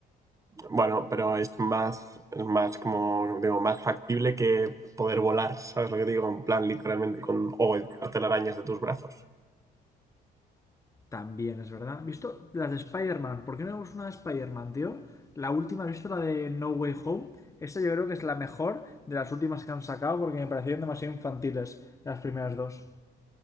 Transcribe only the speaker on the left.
También es verdad. ¿Visto las de Spider-Man? ¿Por qué no vemos una de Spider-Man, tío? La última, ¿has visto la de No Way Home? Esta yo creo que es la mejor de las últimas que han sacado porque me parecieron demasiado infantiles las primeras dos.